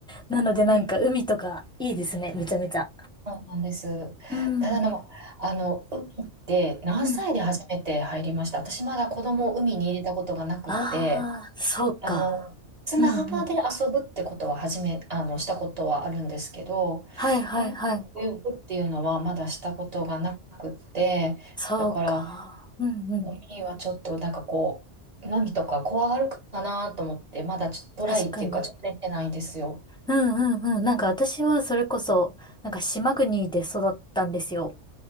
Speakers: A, in the centre; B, on the right.
A: なのでなんか海とかいいですね、
B: うん
A: めちゃめちゃ。
B: そうなんです。
A: うん、
B: ただでも、あの、海って何歳で初めて入りました。
A: うん。
B: 私まだ子供を海に入れたことがなくって、
A: ああ、そうか。
B: あの、砂浜で遊ぶってことは初め、
A: うんうん。
B: あの、したことはあるんですけど、
A: はいはいはい。
B: 海で泳ぐっていうのはまだしたことがなくって、
A: そうか。
B: だから
A: うんうん。
B: 海はちょっとなんかこう、波とか怖がるかなと思って、まだちょっとトライっていうか、
A: 確かに。
B: ちょっと出てないんですよ。
A: うんうんうん。なんか私はそれこそ、なんか島国で育ったんですよ。